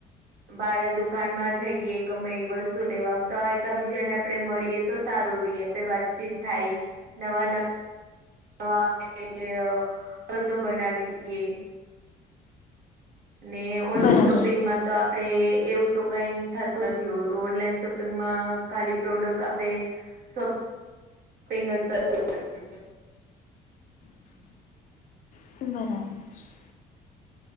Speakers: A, on the right; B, on the left.
A: બારે દુકાનમાં જઈએ, ગમે એ વસ્તુ લેવામા તો, એકાબીજા ને આપડે મળીએ. તો, સારું રે, આપણે વાતચીત થાય, નવા નવા- નવા <unintelligible> ધંધો બનાવી શકીએ! અને ઓનલાઈન
B: બરાબર
A: શોપિંગમાં તો આપ- તે, એવું તો કઈ થતું નથી હોતું. ઓનલાઈન શોપિંગમાં ખાલી પ્રોડક્ટ આપણેે- સો પિંગ જ કરવી પડે છે.
B: બરાબર છે.